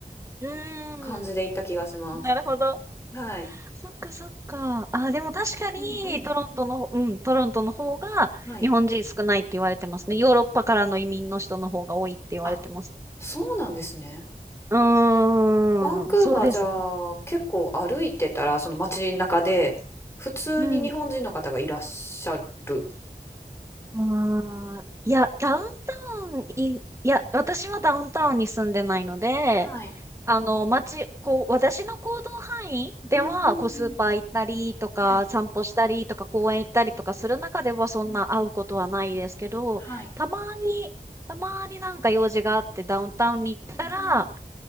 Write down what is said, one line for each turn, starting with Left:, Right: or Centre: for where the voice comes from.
Right: うん。
Left: 感じで行った気がします。
Right: なるほど。
Left: はい。
Right: そっかそっか。あ、でも確かに、
Left: うんうん。
Right: トロントの、うん、トロントの方が日本人少ないって言われてますね。
Left: はい。
Right: ヨーロッパからの移民の人の方が多いって言われてます。
Left: あ、そうなんですね。
Right: うーん、
Left: バンクーバーじゃあ結構歩いてたらその街中で普通に日本人の方がいらっしゃる。
Right: そうですね。うん、あーいや、ダウンタウンい、いや、私はダウンタウンに住んでないので、
Left: はい。
Right: あの、街、こう、私の行動範囲では、
Left: うんうんうん。
Right: こう、スーパー行ったりとか、
Left: はい。
Right: 散歩したりとか、公園行ったりとかする中では、そんな会うことはないですけど、
Left: うんうん。はい。
Right: たまに、たまになんか用事があってダウンタウンに行ったら、
Left: うんうん。